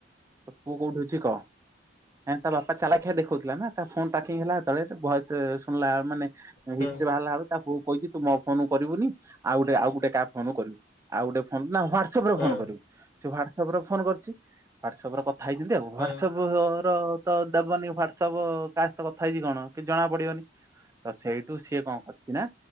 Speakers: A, on the right (about 15°); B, on the left (about 50°).
A: ତୋ ପୁଅ କୋଉଠି ଅଛି କହ ତା ବାପା ଚାଲାଖିଆ ଦେଖଉଥିଲା ନା। ତା ଫୋନ ଟ୍ରାକିଙ୍ଗ ହେଲା ଯେତେଳେ ଭଏସ ଶୁଣିଲା ମାନେ
B: ହୁଁ।
A: ହିଷ୍ଟ୍ରି ବାହାରିଲା ବେଳୁ ତା ପୁ ଅ କୁ କହିଛି ତୁ ମୋ ଫୋନକୁ କରିବୁନି। ଆଉ ଗୋଟେ ଆଉ ଗୋଟେ କାହା ଫୋନକୁ କରିବୁ ଆଉ ଗୋଟେ ଫୋନ ନା ହ୍ୱା ହ୍ୱାଟସପରେ
B: ହୁଁ
A: ଫୋନ କହିବୁ। ସେ ହ୍ୱାଟସ ଅପରେ ଫୋନ୍ କରିଛି ହ୍ଵାଟସଆପ ରେ କ କଥା ହେଉଛନ୍ତି ଆଉ
B: ହୁଁ
A: ହ୍ଵାଟସପ୍ ପ୍ ର ତ ଦବନି ହ୍ୱାଟସଆପ୍ କାହା ସହିତ କଥା ହେଇଛି କଣ, କିଛି ଜଣା ପଡିବନି। ତ ସେଇଠୁ ସିଏ କଣ କରିଛି, ନା